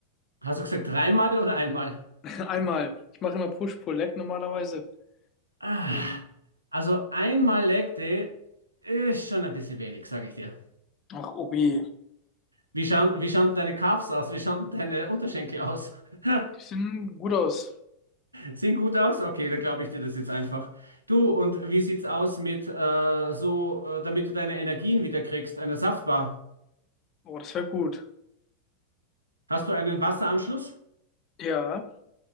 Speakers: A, on the right (about 80°); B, on the left (about 30°).
A: Hast du gesagt dreimal oder einmal?
B: <laughs> Einmal. Ich mache immer Push-Pull-Leg normalerweise.
A: Ah,
B: Deswegen.
A: also einmal Leg Day ist schon ein bisschen wenig, sage ich dir.
B: Ach, Obi.
A: Wie schauen, wie schauen denn deine Calves aus? Wie schauen denn deine Unterschenkel aus? <laughs>
B: Die sehen gut aus.
A: Sehen gut aus? Okay, dann glaube ich dir das jetzt einfach. Du, und wie sieht's aus mit äh, so, äh, damit du deine Energien wieder kriegst, einer Saftbar?
B: Oh, das wäre gut.
A: Hast du einen Wasseranschluss?
B: Ja.